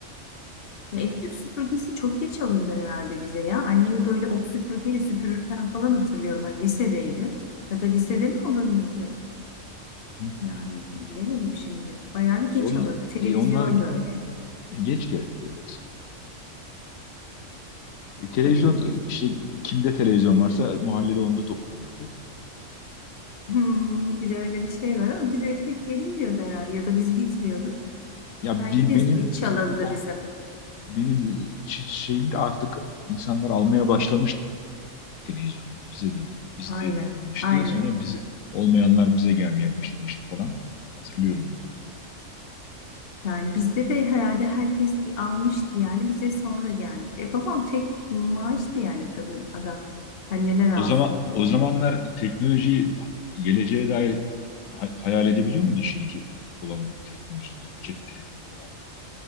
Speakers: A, on the left; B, on the left.
A: Ya elektrik süpürgesi çok geç alındı herhalde bize ya. Annemi böyle ot süpürgeyle süpürürken falan hatırlıyorum. Hani lisedeydi. Ya da lisede mi alındı ki?
B: Hı hı.
A: Yani bilemedim şimdi. Bayağı bir
B: E,
A: geç
B: onlar,
A: alındı. Televizyon
B: e, onlar
A: da öyle.
B: geç geldi evet. E, televizyon
A: Tabii bizim
B: işte kimde televizyon varsa mahallede onda toplanıyordu.
A: Hmm, bir de öyle bir şey var ama bize pek gelinmiyordu herhalde. Ya da biz gitmiyorduk.
B: Ya
A: Belki
B: bin-
A: de
B: benim
A: geç alındı
B: o
A: bizim.
B: benim şi- şeyim de artık insanlar almaya başlamış televizyonu. Bize de aldı, bizde
A: Aynen.
B: de alınmıştı.
A: Aynen.
B: Sonra bize olmayanlar bize gelmeye başlamıştı falan. Hatırlıyorum ben.
A: Yani bizde de herhalde herkes bir almıştı yani bize sonra gelmişti. E babam tek maaştı yani kadın adam. Hani neler alsın
B: O zaman
A: falan.
B: o zamanlar teknolojiyi geleceğe dair hay- hayal edebiliyor muydun şimdiki olan teknolojileri? Cep telefonu falan böyle